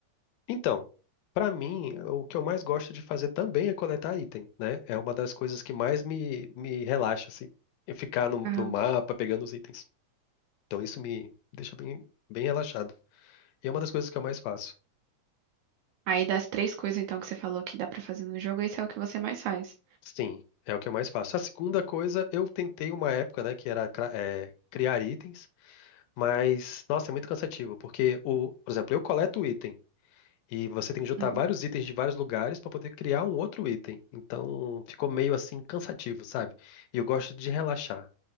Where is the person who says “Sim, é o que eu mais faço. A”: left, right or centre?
Left